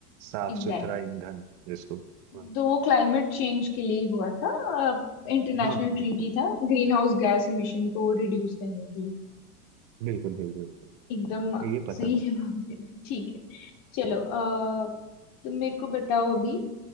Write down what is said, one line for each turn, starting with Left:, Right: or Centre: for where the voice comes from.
Right: साफ
Left: एग्जैक्टली
Right: सुथरा ईंधन जिसको
Left: exactly.
Right: हाँ
Left: तो वो क्लाइमेट चेंज के लिए ही हुआ था इंटरनेशनल
Right: हाँ हाँ हाँ,
Left: ट्रीटी था ग्रीन हाउस गैस इमिशन को रिड्यूस करने के लिए
Right: बिल्कुल बिल्कुल बिल्कुल।
Left: एकदम
Right: ये
Left: सही
Right: पता था
Left: जवाब दे दिया। ठीक है चलो अ, तो मेरे को बताओ अभी